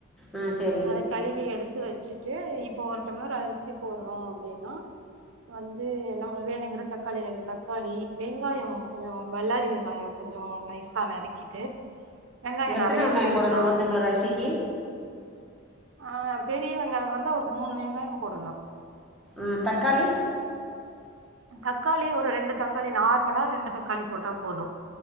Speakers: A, in the centre; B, on the right.
A: ம் செரி
B: அத கழுவி எடுத்து வச்சு ட்டு இப்ப ஒரு டம்ளர் ஒரு அரிசி போடுறோ அப்டின்னா வந்து நம் வேணுங்கிற தக்காளி ரெண்டு தக்காளி வெங்காயோ கொஞ்சோ வல்லாரி வெங்காயோ கொஞ்சோ நைஸா நறுக்கிட்டு வெங்காயோ
A: எத்தன
B: நெறைய
A: வெங்காயோ
B: போட்டுக்கலா
A: போடணு ஒரு டம்ளர் அரிசிக்கு
B: ஆ பெரிய வெங்காயம் வந்த ஒரு மூணு வெங்காயம் போடணு
A: ம் தக்காளி
B: தக்காளி ஒரு ரெண்டு தக்காளி நார்மலா ரெண்டு தக்காளி போட்டா போது